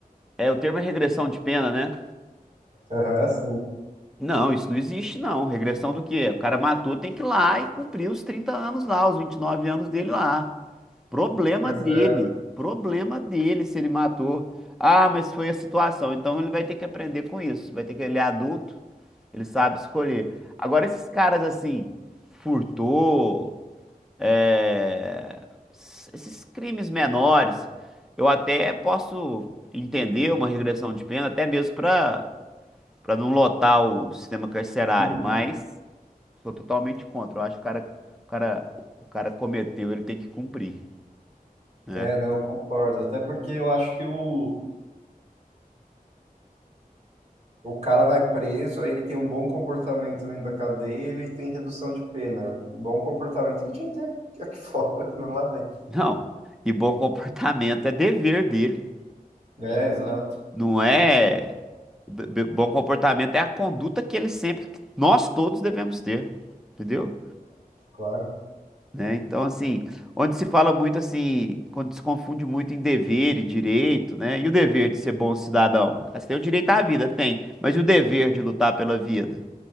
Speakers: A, in the centre; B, on the right (about 50°).
A: É, o termo é regressão de pena, né?
B: aham, sim.
A: Não, isso não existe, não. Regressão do quê? O cara matou, tem que ir lá e cumprir os 30 anos lá, os 29 anos dele lá. Problema
B: Pois
A: dele.
B: é.
A: Problema dele se ele matou. Ah, mas foi a situação. Então ele vai ter que aprender com isso. Vai ter que, ele é adulto, ele sabe escolher. Agora, esses caras assim, furtou, é, s- esses crimes menores, eu até posso entender uma regressão de pena, até mesmo para para não lotar o sistema carcerário,
B: Uhum.
A: mas sou totalmente contra. Eu acho que o cara, o cara, o cara cometeu, ele tem que cumprir, né?
B: É, não, concordo. Até porque eu acho que o, O cara vai preso, aí ele tem um bom comportamento dentro da cadeia, ele tem redução de pena. Um bom comportamento ele tinha que ter aqui <laughs> fora, não lá dentro.
A: Não, e bom comportamento é dever dele,
B: É, exato,
A: não é. b- b- Bom comportamento é a conduta que ele sempre, que nós todos devemos ter, entendeu?
B: claro.
A: né? Então, assim, onde se fala muito assim, quando se confunde muito em dever e direito, né? E o dever de ser bom cidadão? Ah, Você tem o direito à vida, tem, mas e o dever de lutar pela vida?